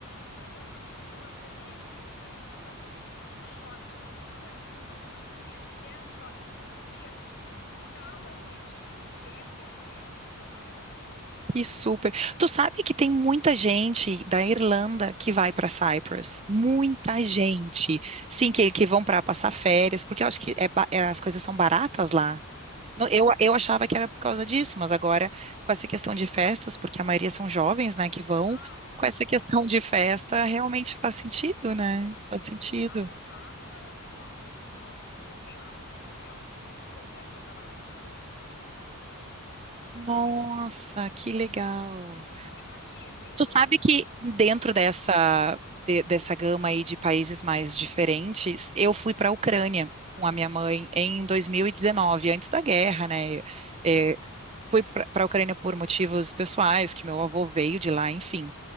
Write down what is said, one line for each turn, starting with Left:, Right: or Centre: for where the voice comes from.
Left: se tu entrar aqui eu te dou uma cerveja, se tu entrar aqui eu te dou uma cerveja e cinco shots, se tu entrar aqui eu te dou duas cervejas e dez shots. Guria, no final da noite, tu bebe, bebe, bebe e tu não paga nada.
Right: E super. Tu sabe que tem muita gente da Irlanda que vai para Cyprus. Muita
Left: Ah,
Right: gente.
Left: é?
Right: Sim, que, que vão para passar férias, porque eu acho que é ba- é- as coisas são baratas lá.
Left: Sim.
Right: Não, Eu, eu achava que era por causa disso, mas agora, com essa questão de festas, porque a maioria são jovens, né, que vão,
Left: Ah, é
Right: com
Left: a
Right: essa
Left: festa.
Right: questão
Left: Tu
Right: de
Left: não
Right: festa,
Left: tem
Right: realmente faz sentido, né?
Left: Não tem
Right: Faz sentido.
Left: noção. A Napa é uma coisa assim, ó, surreal, surreal. Super voltaria pra lá de novo pra fazer tudo de novo. A-
Right: Nossa,
Left: amei.
Right: que legal.
Left: É, e pra ti, número
Right: Tu
Left: dois?
Right: sabe que dentro dessa, de- dessa gama aí de países mais diferentes, eu fui para a Ucrânia com a minha mãe em 2019,
Left: Ai, ai.
Right: antes da guerra, né?
Left: Sim,
Right: É,
Left: sim.
Right: fui para a Ucrânia por motivos pessoais, que meu avô veio de lá, enfim.